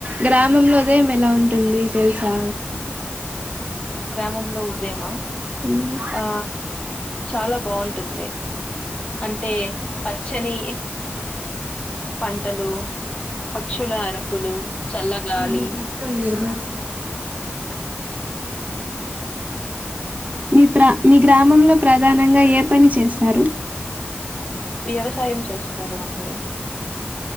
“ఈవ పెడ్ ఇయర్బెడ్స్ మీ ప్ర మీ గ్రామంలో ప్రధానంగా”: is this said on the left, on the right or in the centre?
Right